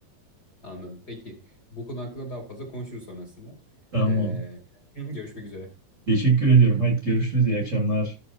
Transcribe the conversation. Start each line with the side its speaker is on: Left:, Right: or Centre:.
Left: anladım. Peki. Bu konu hakkında daha fazla konuşuruz sonrasında.
Right: Tamam.
Left: Ee, <laughs> görüşmek üzere.
Right: Teşekkür ediyorum. Haydi görüşürüz. İyi akşamlar.